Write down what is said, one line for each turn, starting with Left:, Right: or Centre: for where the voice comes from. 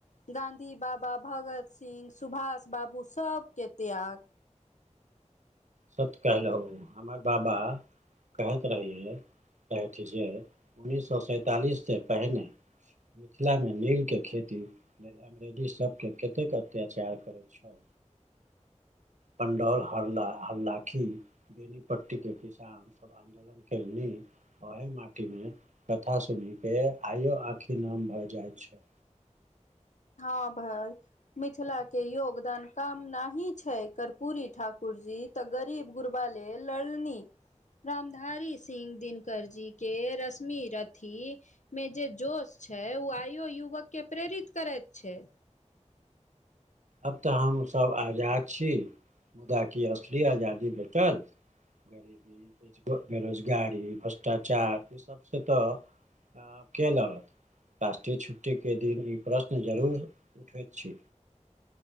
Left: गाँधी बाबा भगत सिंह सुभाष बाबू सबके त्याग
Right: सत कहलहु हमर बाबा कहत रहियै जे <unintelligible> उन्निस सो सैंतालिससँ पहिने मिथिलामे नील के खेती आ लेडिस सबके कतेक अत्याचार करैत छल। पंडौल हरलाखी बेनीपट्टी के किसान सब। आन्दोलन केलवी। ओहे माटी मे कथा सुनि के आइयो आँखि नम भए जाइत छै।
Left: हँ भाइ मिथिला के योगदान कम नहि छै कर्पूरी ठाकुर जी। तऽ गरीब गुरबा लेल लड़नी। रामधारी सिंह दिनकर जीके रशमि रथी। मे जे जोश छैय ओ आइयो युवक के प्रेरित करैत छैय।
Right: आब तऽ हमसभ आजाद छी। मुदा की असली आजादी भेटल। गरीबी ब बेरोजगारी भ्रष्टाचार ई सबसँ तऽ आ के लड़त राष्ट्रीय छुट्टीके दिन ई प्रश्न जरूर उठैत छै।